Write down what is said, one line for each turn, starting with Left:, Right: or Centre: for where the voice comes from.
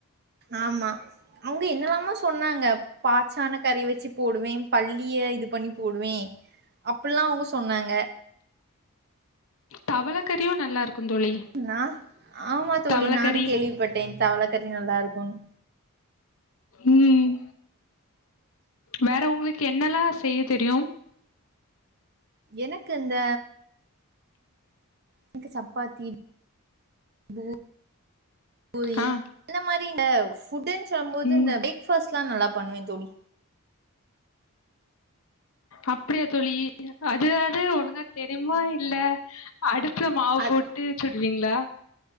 Right: ஆமா அவுங்க என்னலாமோ சொ சொன்னாங்க பாச்சான கறி வெச்சு போடுவே பல்லிய இது பண்ணி போடுவே அப்பில்லா அவங்க சொன்னாங்க
Left: தவள கறியும் நல்லா இருக்கும் தோழி
Right: நா ஆமா தோழி
Left: தவளக்கறி
Right: நானும் கேள்விப்பட்டேன் தவள கறி நல்லா இருக்குனு
Left: ம் வேற உங்ளுக் என்னெல்லா செய்ய தெரியும்
Right: எனக்கு இந்த எனக்கு சப்பாத்தி இதுவு தோழி
Left: ஆ
Right: அந்த மாரி இந்த ஃபுட்டுன் சொல்மோது
Left: ம்
Right: இந்த அப்டே க் ஃபஸ்ட்லா நல்லா பண்ணுவ தோழி
Left: அப்டியா தோழி அதுவாவ்து ஒழுங்கா தெரியுமா இல்ல அடுப்புல மாவு
Right: அ
Left: போட்டு சுடுவீங்ளா